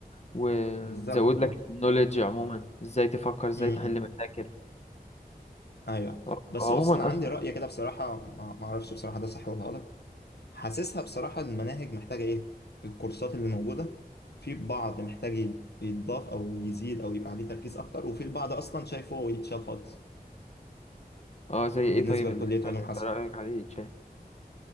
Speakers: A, on the left; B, on the left.
A: وتزود
B: بالظبط بالظبط
A: لك النوليدج عموما ازاي تفكر ازاي
B: امم
A: تحل مشاكل
B: ايوه
A: اه،
B: بس
A: عموما
B: بص انا عندي
A: اصلا
B: رأي كده بصراحة ما ما اعرفش بصراحة ده صح ولا غلط حاسسها بصراحة المناهج محتاجة ايه الكورسات اللي موجودة في بعض محتاج يت- يتضاف او يزيد او يبقى عليه تركيز اكتر وفي البعض اصلا شايفه يتشال خالص
A: اه زي
B: بالنسبة
A: ايه طيب
B: لكلية
A: اللي انت
B: علوم
A: انت
B: حاسب
A: رايك عليه تشاه